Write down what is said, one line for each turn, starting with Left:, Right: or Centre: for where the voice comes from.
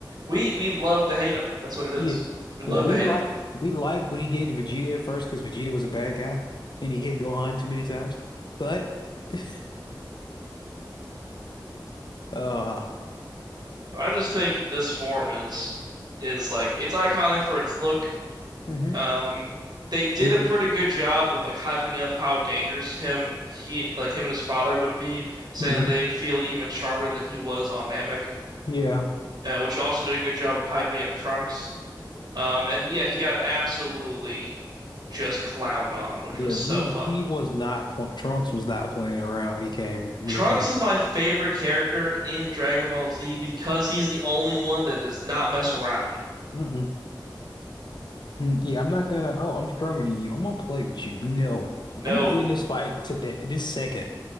Right: We we love to hate him. That's what it
Left: Yeah,
Right: is. We love
Left: yeah, we
Right: to hate
Left: like
Right: him.
Left: we like what he did to Vegeta at first because Vegeta was a bad guy and he hit Gohan too many times, but <laughs> uh,
Right: I just think this form is is like it's iconic for its look.
Left: Mhm.
Right: Um, they did
Left: and it, wa-
Right: a pretty good job of like hyping up how dangerous him he like him and his father would be, saying
Left: Mhm.
Right: that they feel even stronger than he was on Namek,
Left: yeah.
Right: uh, which also did a good job of hyping up Trunks. Um, and yeah, he got absolutely just clowned on, which
Left: Yeah,
Right: was so
Left: he
Right: fun.
Left: he was not pl Trunks was not playing around when he came when
Right: Trunks
Left: he came.
Right: is my favorite character in Dragon Ball Z because he's the only one that does not mess around.
Left: Mm-mm. Mm, Yeah, I'm not gonna. Oh, I'm stronger than you. I'm gonna play with you. No,
Right: No.
Left: I'm gonna end this fight today, this second.